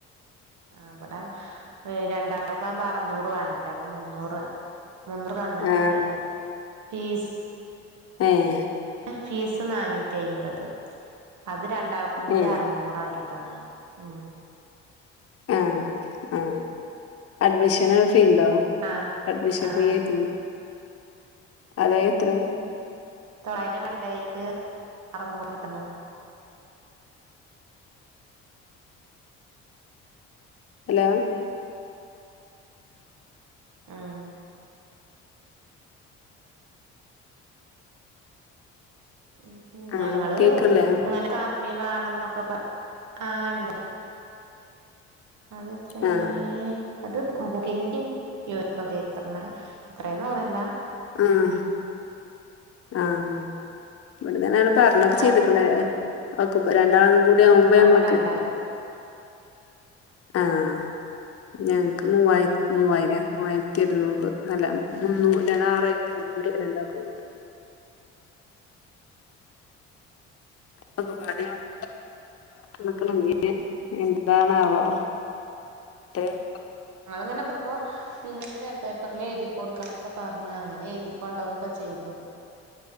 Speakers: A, on the right (about 65°); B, on the left (about 45°).
A: ആഹ് ബെടെ രണ്ടാൾക്കാവുമ്പോ അറ്ന്നൂറ് വേണ്ടേ അപ്പൊ മുന്നൂറ് മൂന്നുറ് തന്നാ
B: ആ
A: മതീർഞ്ഞു ഫീസ്
B: ഏഹ്
A: ഫീസ് നാനൂറ്റ്യയ്മ്പത് അത് രണ്ടാൾ ക്കും കൂടി
B: ഏ
A: അറ്ന്നൂറാക്കി തന്ന് ഉം
B: ആഹ് ആഹ് അഡ്മിഷന് ഫീ ണ്ടോ
A: ആഹ്
B: അഡ്മിഷൻ
A: ആഹ്
B: ഫീയായ്റ്റ്
A: ആഹ്
B: അതാ എത്രേ
A: തൊള്ളായിരം മണ്ടേക്ക് അറ്ന്നൂറായ്ര്ന്നു
B: അലോ
A: ആഹ് ഉം
B: ആ
A: ഞങ്ങള്
B: കേക്കണില്ലേ
A: ഇങ്ങനെ കമ്മി വേണംന്നൊക്കെ പർ ആഹ് ണ്ട് അതെത്രേ
B: ആ
A: അത് ബുകിന്റിം <unintelligible> ത്രെണ്ണാ എത്രേന്ന് പറിൺലാ
B: ആഹ് ആഹ് ഇവിട്ന്ന്ങ്ങെനേണ്ട് പർഞ്ഞൊക്കെ
A: ഹലോ
B: ചെയ്ത്ക്ക്ണ്
A: കേക്കാണ്ട്
B: ഓക്കെപ്പൊ രണ്ടാൾതും കൂടി ആകുമ്പ
A: ഒക്കപ്പാടെ
B: ഞമ്മക്ക്
A: രണ്ടായിരം
B: ആഹ് ആഹ് ഞങ്ങക്ക് മൂവായിര് മൂവായിരാ മൂവായിര്ത്തി ഇര്ന്നൂറ് അല്ല മുന്നൂ <unintelligible> മുന്നൂറ് രണ്ടാക്കും കൂടീട്ട് <unintelligible> പറഞ്ക്ക്ണ് ഞ്ഞ് എന്താണാവോ <unintelligible> ക്കണം
A: ഞങ്ങളെങ്ങെനെ പർപ്പോ പിന്നെ ഒര് വേള്ളപേപ്പർൽ എഴ്തി കൊട്ക്കാനൊക്കെ പർഞ്ഞ് അങ്ങനെ എഴ്തി കൊണ്ടോവൊക്കെ ചെയ്തു